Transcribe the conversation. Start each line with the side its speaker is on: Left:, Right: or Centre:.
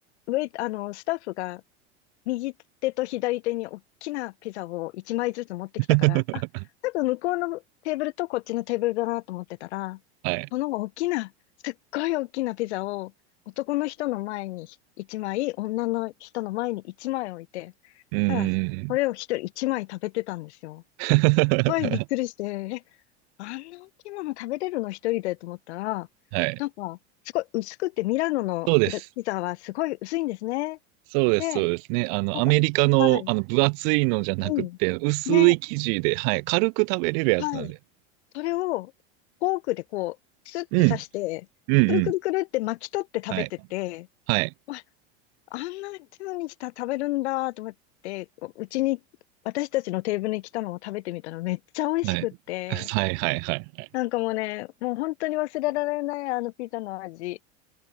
Left: 上、あの、スタッフが右手と左手に大きなピザを1枚ずつ持ってきたから、
Right: <laughs>
Left: あ、多分向こうのテーブルとこっちのテーブルだなと思ってたら、
Right: はい。
Left: この大きな、すっごい大きなピザを男の人の前に1枚、女の人の前に1枚置いて、
Right: うん、うん、
Left: ただ、
Right: うん。
Left: それを一人一枚食べてたんですよ。
Right: <laughs>
Left: はい、びっくりして、え、あんな大きいもの食べれるの一人でと思ったら、
Right: はい。
Left: なんか、すごい薄くて、ミラノのピラ、
Right: そうです。
Left: ピザはすごい薄いんですね。
Right: そうです、
Left: で、
Right: そうですね。あの、
Left: なんか、
Right: アメリカの、
Left: はい、
Right: あの、分厚いのじゃなくて、
Left: うん、
Right: 薄い生地で、
Left: ね、
Right: はい、軽く食べれるやつなんで。
Left: はい。それを、フォークでこう、スッて刺して、
Right: うん、うん、うん。
Left: くるくるくるって巻き取って食べてて、
Right: はい、はい、
Left: わあんな風にした、食べるんだと思って、うちに、私たちのテーブルに来たのを食べてみたらめっちゃ美味しくって、
Right: はい。<laughs> はい、はい、はい、はい。
Left: なんかもうね、もう本当に忘れられない、あのピザの味。